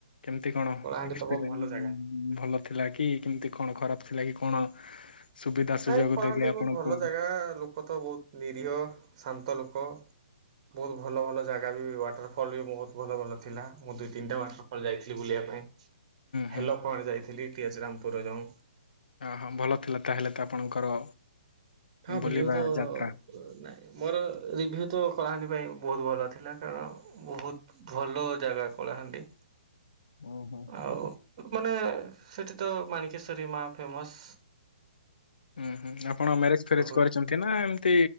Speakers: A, on the left; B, on the right.
A: କେମତି କଣ?
B: କଳାହାଣ୍ଡି
A: ଏକ୍ସପିରିଏସ
B: ତ ବହୁତ ଭଲ ଜାଗା।
A: ଭଲ ଥିଲା କି କେମତି କଣ ଖରାପ ଥିଲା କି କଣ? ସୁବିଧା ସୁଯୋଗ
B: ନାଇଁ କଳାହାଣ୍ଡି
A: ଦେଲେ ଆପଣଙ୍କୁ
B: ବହୁତ ଭଲ
A: ହୁଁ
B: ଜାଗା, ଲୋକ ତ ବହୁତ ନିରୀହ ଶାନ୍ତ ଲୋକ। ବହୁତ ଭଲ ଭଲ ଜାଗା ବି, ୱାଟର ଫଲ ବି ବହୁତ ଭଲ ଭଲ। ଥିଲା, ମୁଁ ଦୁଇ ତିନିଟା ମାସ ପରେ ଯାଇଥିଲି ବୁଲିବା ପାଇଁ, <unintelligible>
A: ହୁଁ
B: ଯାଇଥିଲି। <unintelligible> ରାମପୁର ଯାଉଁ।
A: ହଁ ଭଲ ଥିଲା ତାହେଲେ ତ ଆପଣଙ୍କର
B: ହଁ
A: ବୁଲିବା
B: ଭିଉ ତ
A: ଯାତ୍ରା
B: ନାଇଁ ମୋର ରିଭି୍ୟୁ ତ କଳାହାଣ୍ଡି ପାଇଁ ବହୁତ ଭଲ ଥିଲା, କାରଣ ବହୁତ ଭଲ ଜାଗା କଳାହାଣ୍ଡି।
A: ଉଁ ହୁଁ
B: ଆଉ ମାନେ ସେଠି ତ ମାଣିକେଶ୍ୱରୀ ମା ଫେମସ।
A: ହୁଁ ହୁଁ ଆପଣ ମ୍ୟାରେଜ ଫେରେଜ କରିଛନ୍ତି
B: ବି
A: ନା ଏମତି